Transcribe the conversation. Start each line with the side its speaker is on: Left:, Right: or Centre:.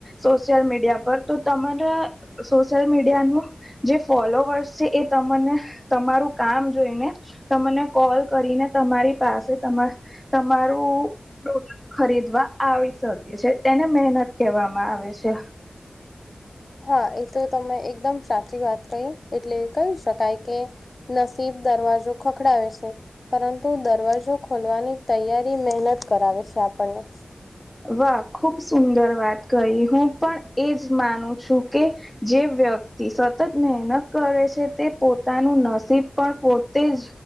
Centre: સોશયલ મીડિયા પર તો તમારા સોશિયલ મીડિયાનું જે ફોલોવર્સ છે એ તને તમારું કામ જોઈને તને કોલ કરીને તમારી પાસે તમા તમારું ખરીદવા આવી શકે છે, એને મહેનત કહેવામાં આવે છે.
Left: હા, એ તો તમે એકદમ સાચી વાત કહી. એટલે કહી શકાય કે નસીબ દરવાજો ખખડાવે છે. પરંતુ દરવાજો ખોલવાની તૈયારી મહેનત કરાવે છે આપણને.
Centre: વાહ, ખુબ સુંદર વાત કરી. હું પણ એજ માનું છું કે જે વ્યક્તિ સતત મહેનત કરે છે, તે પોતાનું નસીબ પણ પોતે જ